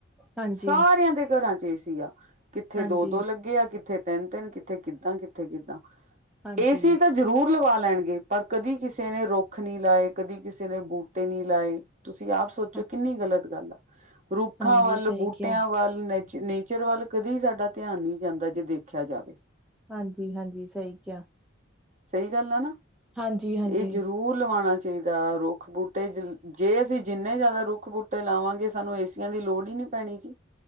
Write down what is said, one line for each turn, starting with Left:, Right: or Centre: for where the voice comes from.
Centre: ਹਾਂਜੀ
Right: ਸਾਰਿਆਂ ਦੇ ਘਰਾਂ ਚ ਏਸੀ ਆ ਕਿੱਥੇ
Centre: ਹਾਂਜੀ
Right: ਦੋ ਦੋ ਲੱਗੇ ਆ ਕਿੱਥੇ ਤਿੰਨ, ਤਿੰਨ ਕਿੱਥੇ, ਕਿੱਦਾਂ ਕਿੱਥੇ ਕਿੱਦਾਂ
Centre: ਹਾਂਜੀ
Right: ਏਸੀ ਤਾਂ ਜ਼ਰੂਰ ਲਵਾ ਲ ਲੈਣਗੇ ਪਰ ਕਦੀ ਕਿਸੇ ਨੇ ਰੁੱਖ ਨਹੀਂ ਲਾਏ ਕਦੀ ਕਿਸੇ ਨੇ ਬੂਟੇ ਨਹੀਂ ਲਾਏ ਤੁਸੀਂ ਆਪ ਸੋਚੋ
Centre: ਹਾਂ
Right: ਕਿੰਨੀ ਗਲਤ ਗੱਲ ਆ ਰੁੱਖਾਂ
Centre: ਹਾਂਜੀ
Right: ਵੱਲ
Centre: ਸਹੀ
Right: ਬੂਟਿਆਂ
Centre: ਕਿਹਾ
Right: ਵੱਲ ਨ ਨੇਚਰ ਵੱਲ ਕਦੇ ਸਾਡਾ ਧਿਆਨ ਨਹੀਂ ਜਾਂਦਾ ਜੇ ਦੇਖਿਆ ਜਾਵੇ
Centre: ਹਾਂਜੀ ਹਾਂਜੀ ਸਹੀ ਕਿਹਾ
Right: ਸਹੀ ਗੱਲ ਆ ਨਾ
Centre: ਹਾਂਜੀ ਹਾਂਜੀ
Right: ਇਹ ਜ਼ਰੂਰ ਲਵਾਉਣਾਂ ਚਾਹੀਦਾ ਰੁੱਖ ਬੂਟੇ ਜੇ ਅਸੀਂ ਜਿੰਨੇ ਜ਼ਿਆਦਾ ਰੁੱਖ ਬੂਟੇ ਲਾਵਾਂਗੇ ਸਾਨੂੰ ਏਸੀਆਂ ਦੀ ਲੋੜ ਹੀ ਨੀ ਪੈਣੀ ਜੀ